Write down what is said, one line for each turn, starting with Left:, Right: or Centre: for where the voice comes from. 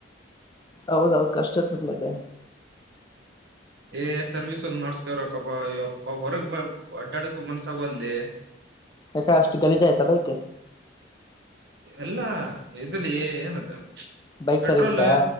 Left: ಹೌದೌದ್ ಕಷ್ಟ ಇರ್ತತ್ ಮತ್ತೆ.
Right: ಏ ಸರ್ವಿಸ್ ಒಂದ್ ಮಾಡ್ಸ್ಕ ಬರಕಪ್ಪ ಯಪ್ಪ ಹೊರಗ್ ಬ ಅಡ್ಡಾಡಕು ಮನ್ಸಾಗುವಲ್ಲೆ.
Left: ಯಾಕ ಅಷ್ಟು ಗಲಜಾಯ್ತಾ ಬೈಕ್.
Right: ಎಲ್ಲಾ ಇದ್ರಲ್ಲಿ ಏನದು
Left: ಬೈಕ್
Right: ಪೆಟ್ರೋಲ್
Left: ಸರ್ವಿಸಾ